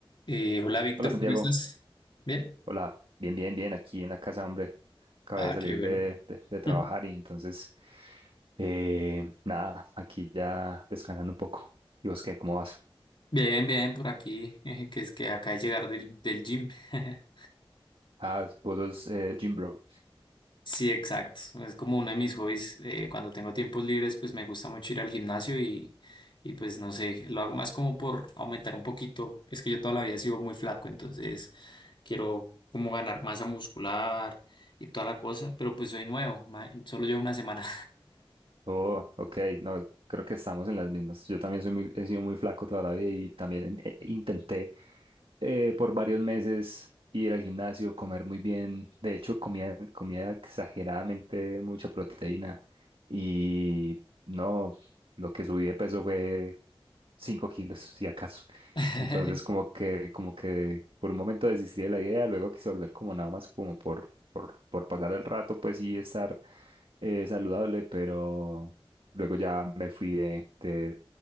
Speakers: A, on the left; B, on the right.
A: Eh, hola Víctor,
B: Hola Santiago,
A: ¿cómo estás? Bien.
B: hola, bien, bien, bien, aquí en la casa, hombre, acabé
A: Ah,
B: de salir
A: qué bueno.
B: de, de- de trabajar
A: <laughs>
B: y entonces, eh, nada, aquí ya descansando un poco. ¿Y vos qué, cómo vas?
A: Bien, bien, por aquí, <laughs> eh, que es que acá de llegar del, del gym. <laughs>
B: Ah, vos sos eh, gym bro.
A: Sí, exacto. Es como uno de mis hobbies. eh, cuando tengo tiempos libres, pues me gusta mucho ir al gimnasio y, y pues no sé, lo hago más como por aumentar un poquito. Es que yo toda la vida he sido muy flaco, entonces quiero como ganar masa muscular y toda la cosa, pero pues soy nuevo, ma- solo llevo una semana.
B: Oh, ok, no, creo que estamos en las mismas. Yo también soy muy- he sido muy flaco toda la vida y también eh, intenté eh, por varios meses ir al gimnasio, comer muy bien. De hecho, comía, comía exageradamente mucha proteína y no, lo que subí de peso fue 5 kilos, si acaso.
A: <laughs>
B: Entonces, como que, como que por un momento desistí de la idea, luego quise volver como nada más como por, por, por pasar el rato, pues sí, estar eh, saludable, pero luego ya me fui de, de